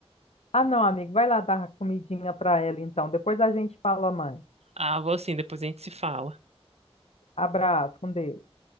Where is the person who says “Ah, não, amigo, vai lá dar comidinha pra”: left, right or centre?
Left